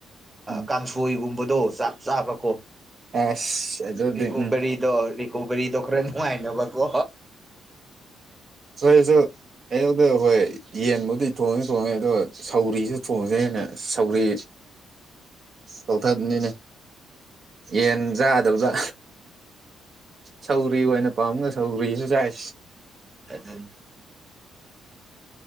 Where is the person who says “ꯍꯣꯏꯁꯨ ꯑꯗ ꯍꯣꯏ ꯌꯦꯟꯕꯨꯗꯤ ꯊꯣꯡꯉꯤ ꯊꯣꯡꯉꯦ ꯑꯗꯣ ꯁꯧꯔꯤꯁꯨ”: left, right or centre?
Right